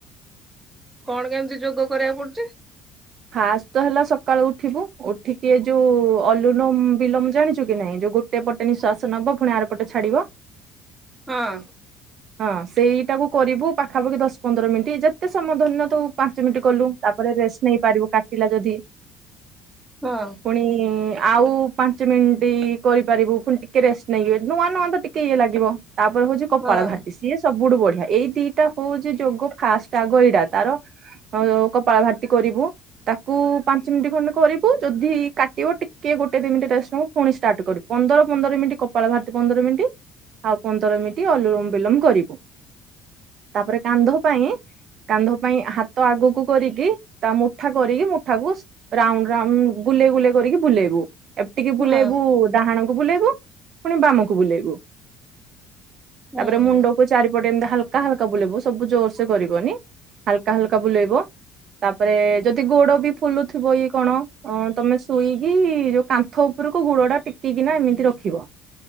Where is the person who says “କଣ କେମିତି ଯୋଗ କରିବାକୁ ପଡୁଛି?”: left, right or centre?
Right